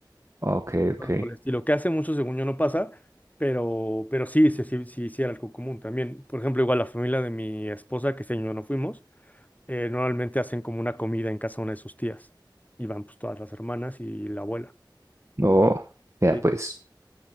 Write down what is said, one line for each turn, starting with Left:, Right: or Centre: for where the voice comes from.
Right: Ok, ok.
Left: cosas por el estilo, que hace mucho, según yo, no pasa, pero, pero sí, sí, sí, sí, sí era algo común también. Por ejemplo, igual la familia de mi esposa, que este año no fuimos, eh, normalmente hacen como una comida en casa de una de sus tías, y van pues todas las hermanas y la abuela.
Right: Oh, vea,
Left: Sí.
Right: pues,